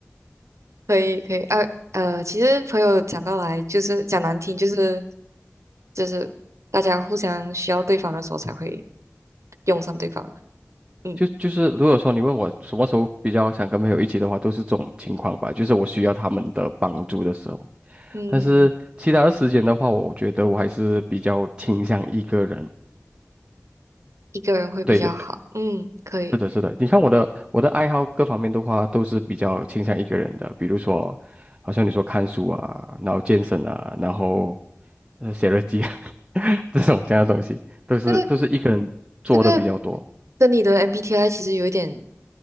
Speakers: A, on the right (about 85°); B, on the right (about 20°).
A: 可以可以，呃呃，其实朋友讲到来就是讲难听，就是就是大家互相需要对方的时候才会用上对方嘛。嗯
B: 就就是如果说你问我什么时候比较想跟朋友一起的话，都是这种情况吧，就是我需要他们的帮助的时候。
A: 嗯，
B: 但是其他的时间的话，我觉得我还是比较倾向一个人。
A: 一个人会比较好。
B: 对对对，
A: 嗯，可以。
B: 是的，是的。你看我的我的爱好各方面的话，都是比较倾向一个人的。比如说，好像你说看书啊，然后健身啊，然后呃写日记啊 <laughs> 这种这样的东西，都是都是一个人做的比较多。
A: 这个这个跟你的 MBTI 其实有一点